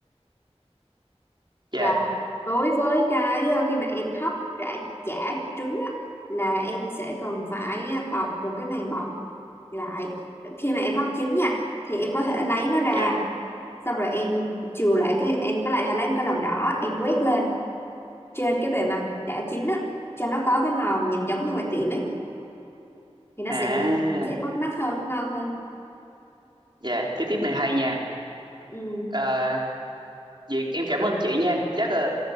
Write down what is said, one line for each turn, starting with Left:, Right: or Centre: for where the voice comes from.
Right: Dạ,
Left: và đối với cái ờ, khi mà em hấp chả chả trứng á, là em sẽ cần phải bọc một cái màng bọc lại khi mà em hấp chín nha thì em có thể lấy nó ra
Right: dạ,
Left: xong rồi em chừa lại cái em cái lại hay lấy một cái lòng đỏ em quét lên trên cái bề mặt đã chín á cho nó có cái màu nhìn giống như ngoài tiệm ấy thì nó
Right: à,
Left: sẽ nhìn sẽ bắt mắt hơn nó ngon hơn
Right: dạ, cái tiếp này hay nha.
Left: ừ.
Right: À, Việt em cảm ơn chị nha. Chắc là